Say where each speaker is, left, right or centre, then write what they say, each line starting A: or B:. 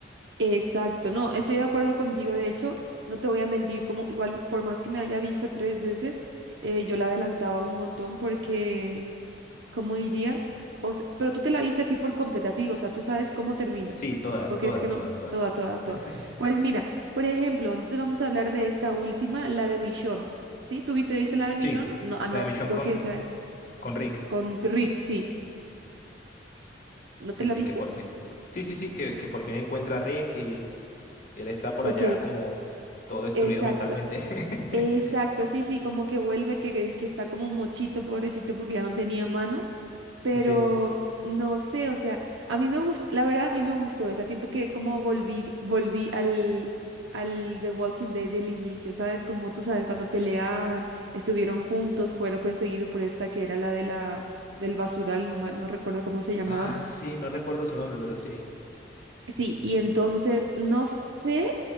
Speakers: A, on the right; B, on the left.
A: Exacto, no, estoy de acuerdo contigo, de hecho, no te voy a mentir, como igual por más que me haya visto tres veces, eh, yo la adelantaba un montón porque, ¿cómo diría? O se- pero tú te la viste así por completa, sí, o sea, tú sabes cómo termina,
B: Sí, toda,
A: porque
B: toda,
A: es que no,
B: toda, toda.
A: toda, toda, toda.
B: <laughs>
A: Pues mira, por ejemplo, entonces vamos a hablar de esta última, la de Michonne, ¿sí? ¿Tú viste, viste la de Michonne?
B: Sí,
A: No, ah, no,
B: la de Michonne
A: creo
B: con,
A: que esa es,
B: con Rick.
A: con Rick, sí, ¿no
B: Sí,
A: te la
B: sí,
A: viste?
B: que por fin. Sí, sí, sí, que, que por fin encuentra a Rick y, y él está por
A: Ok,
B: allá como todo destruido
A: exacto.
B: mentalmente. <laughs>
A: Exacto, sí, sí, como que vuelve, que, que, que está como mochito, pobrecito, porque ya no tenía mano, pero
B: Sí.
A: no sé, o sea, a mí me gustó, la verdad a mí me gustó esa, siento que como volví, volví al, al The Walking Dead del inicio, ¿sabes? Como tú sabes, cuando peleaban, estuvieron juntos, fueron perseguidos por esta que era la de la, del basural, no, ma- no recuerdo cómo se llamaba.
B: Ah, sí, no recuerdo su nombre, pero sí.
A: Sí, y entonces, no sé.